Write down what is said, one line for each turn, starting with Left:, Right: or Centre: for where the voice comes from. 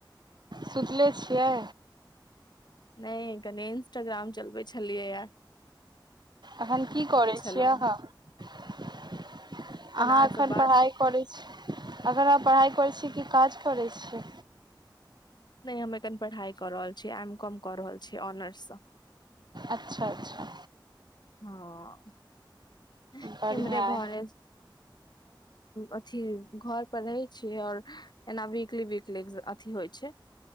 Right: सुतले छियै।
Left: नहि कनी इंस्टाग्राम चलबे छलियै य
Right: एखन की करै
Left: छलहुँ
Right: छियै
Left: हेँ
Right: अहाँ अहाँ
Left: अहाँ
Right: एखन
Left: से बात
Right: पढ़ाइ करै छी अगर अहाँ पढ़ाइ करैत छी कि काज करै छी।
Left: नहि हम एखन पढ़ाई कर रहल छी एम कॉम क रहल छिये ऑनर्स स
Right: अच्छा अच्छा
Left: हँ अ हींह
Right: बढ़िआँ
Left: इम्हरे घर
Right: अइ
Left: अछि <inaudible> ऐना वीकली वीकली अथी होइ छै।